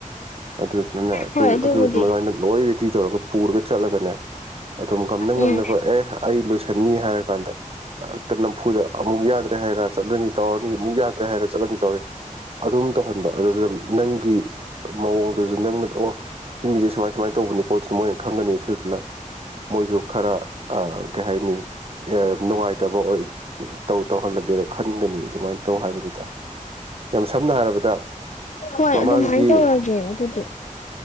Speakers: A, on the right; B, on the left.
A: ꯑ ꯑꯗꯨꯩꯅ
B: ꯍꯣꯏ ꯑꯗꯨꯕꯨꯗꯤ
A: ꯂꯣꯏ ꯐꯤ ꯇꯧꯔꯒ ꯄꯨꯔꯒ ꯆꯠꯂꯒꯅꯦ ꯑꯗꯨꯝ ꯉꯝꯅ ꯉꯝꯅꯕ
B: ꯎꯝ
A: ꯑꯦ ꯑꯩ ꯂꯣꯏꯁꯟꯅꯤ ꯍꯥꯏꯔ ꯀꯥꯟꯗꯇ ꯆꯝꯐꯨꯗ ꯑꯃꯨꯛ ꯌꯥꯗ꯭ꯔꯦ ꯍꯥꯏꯔ ꯆꯠꯂꯅꯤ ꯇꯧꯔꯅꯤ ꯑꯃꯨꯛ ꯌꯥꯗ꯭ꯔꯦ ꯍꯥꯏꯔ ꯆꯠꯂꯅꯤ ꯇꯧꯔꯅꯤ ꯑꯗꯨꯝ ꯇꯧꯍꯟꯕ ꯑꯗꯨꯗꯨꯅ ꯅꯪꯒꯤ ꯃꯑꯣꯡꯗꯨꯁꯨ ꯅꯪꯅ ꯑꯣ ꯁꯤ ꯃꯤꯁꯦ ꯁꯨꯃꯥꯏ ꯁꯨꯃꯥꯏꯅ ꯇꯧꯕꯅꯤ ꯈꯣꯠꯇꯨꯁꯨ ꯃꯣꯏꯅ ꯈꯪꯒꯅꯤ ꯑꯗꯨꯗꯨꯅ ꯃꯣꯏꯁꯨ ꯈꯔ ꯀꯩ ꯍꯥꯏꯅꯤ ꯅꯨꯡꯉꯥꯏꯇꯕ ꯑꯣꯏꯔ ꯇꯧ ꯇꯧꯍꯜꯂꯒꯦꯗ ꯈꯟꯒꯅꯤ ꯑꯗꯨꯃꯥꯏꯅ ꯇꯧ ꯍꯥꯏꯕꯅꯤꯗ ꯌꯥꯝ ꯁꯝꯅ ꯍꯥꯏꯔꯕꯗ
B: ꯍꯣꯏ
A: ꯃꯃꯥꯡꯒꯤ
B: ꯑꯗꯨꯃꯥꯏꯅ ꯇꯧꯔꯒꯦ ꯑꯗꯨꯗꯤ